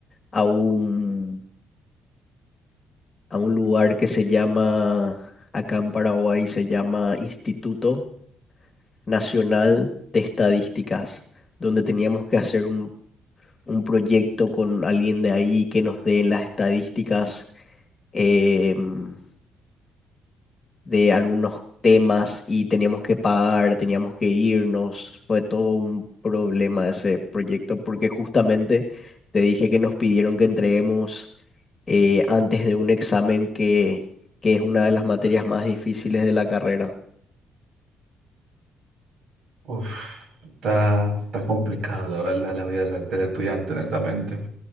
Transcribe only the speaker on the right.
Uf, está, está complicado, la verdad, la vida del, del estudiante, honestamente.